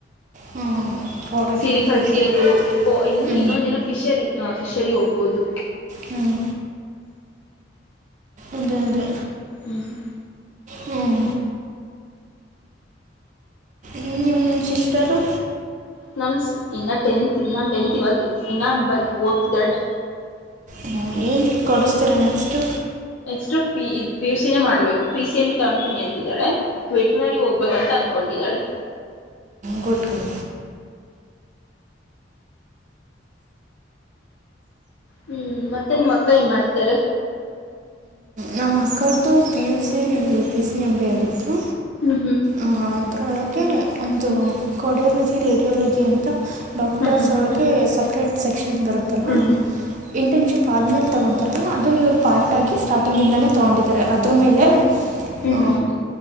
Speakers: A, on the right; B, on the left.
A: ಹ್ಞೂ ಫಾರೆಸ್ಟ್ರಿ
B: ಸಿರಿಕಲ್ಚರುಂದ್ರ
A: ಫಿಶಿಂಗ್ ಹ್ಞೂ
B: ಇನ್ನೊಂದ ಏನೋ ಫಿಶರಿ ಫಿಶರಿ ಹೋಗ್ಬೋುದು
A: ಹ್ಮ್ ಅದೇ ಅದೇ
B: ಹ್ಮ್ ಹ್ಮ
A: ಹ್ಮ್ ನಿಮ್ ನಿಮ್ ಸಿಸ್ಟರ್ರು
B: ನಮ್ಮಸ್ ಇನ್ನು ಟೆಂತ್ ನಾನು ಟೆಂತ್ ಇವಾಗ ಎಗ್ಸ್ ಇನ್ನ ಬರಿ ಓದ್ತಿದಾಳೆ
A: ಹಾ ಏನು ಕೊಡಿಸ್ತೀರಾ next
B: next P E P U C ನೇ ಮಾಡ್ಬೇಕು ಪಿ ಸಿ ಎಂ ಬಿ ತಗೊಂತೀನಿ ಅಂತಿದ್ದಾಳೆ ವೆಟುರ್ನರಿ ಹೋಗ್ಬೇಕಂತ ಅನ್ಕೊಂಡಿದಾಳೆ
A: ಗುಡ್ ಗುಡ್
B: ಹ್ಮ್ ಮತ್ತೆ ನಿಮ್ ಅಕ್ಕ ಏನ್ ಮಾಡ್ತರೆ
A: ನಮ್ ಅಕ್ಕರ್ದು P U C P C M B ಆಗಿತ್ ತ್ತು
B: ಹ್ಮ್
A: ಆ ಅದ್ರೊಳಗೆ ಒಂದು ಕೋಡಿಯಾಲಜಿ ರೇಡಿಯಾಲಜಿ ಅಂತ ಡಾಕ್ಟರ್ಸ್
B: ಹ್ಮ್ ಹ್ಮ್ ಹ್ಮ್
A: ಒಳಗೆ ಸಪ್ರೇಟ್ ಸೆಕ್ಷ ನ್ ಬರುತ್ತಲ್ಲ
B: ಹ್ಮ್
A: ಇಂಟರ್ನ್ಶಿಪ್ ಆದ್ಮೇಲೆ ತಗೊಂತಾರಲ್ಲ ಅದುನ್ ಇವ್ರು ಪಾರ್ಟಾಗಿ ಸ್ಟಾರ್ಟಿಂಗಿಂದನೆ ತಗೊಂಡಿದಾರೆ ಅದ್ರು ಮೇಲೆ
B: ಹ್ಮ್
A: ಆ
B: ಹ್ಮ್ ಹ್ಮ್ ಹ್ಮ್